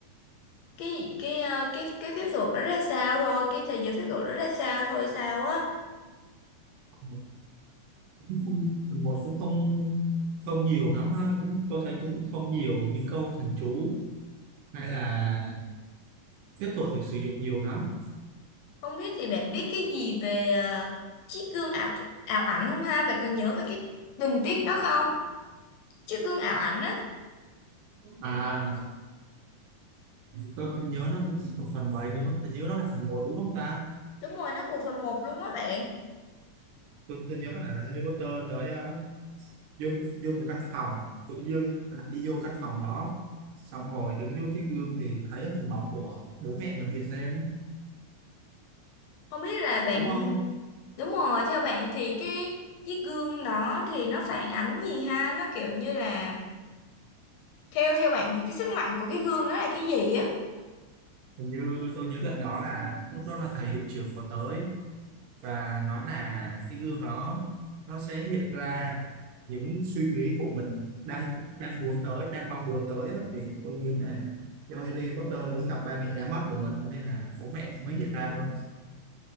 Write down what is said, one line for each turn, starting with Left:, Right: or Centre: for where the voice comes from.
Left: cái cái ờ, cái cái phép thuật đó ra sao thôi cái thế giới phép thuật đó ra sao thôi sao á
Right: cũng không phần một cũng không không nhiều lắm ha cũng tôi thấy cũng không nhiều những câu thần chú hay là phép thuật được sử dụng nhiều lắm
Left: không biết thì bạn biết cái gì về ờ, chiếc gương ảo thu- ảo ảnh không ha bạn còn nhớ về cái tình tiết đó không chiếc gương ảo ảnh á
Right: à tôi không nhớ nó thuộc phần mấy nữa tôi nhớ nó là phần một đúng không ta
Left: đúng rồi nó của phần một luôn á bạn
Right: tôi tôi nhớ là Harry Potter tới ờ, vô vô một căn phòng tự dưng đi vô căn phòng đó xong rồi đứng vô chiếc gương thì thấy hình bóng của bố mẹ mình hiện lên
Left: không biết là bạn
Right: đúng không
Left: đúng rồi theo bạn thì cái chiếc gương đó thì nó phản ánh gì ha nó kiểu như là Theo theo bạn thì cái sức mạnh của cái gương đó là cái gì á?
Right: hình như tôi nhớ đoạn đó là lúc đó là thầy hiệu trưởng có tới và nói là cái gương đó nó sẽ hiện ra những suy nghĩ của mình đang đang muốn tới đang mong muốn tới á. thì tôi nghĩ là do Harry Potter muốn gặp ba mẹ đã mất của mình nên là bố mẹ mới hiện ra thôi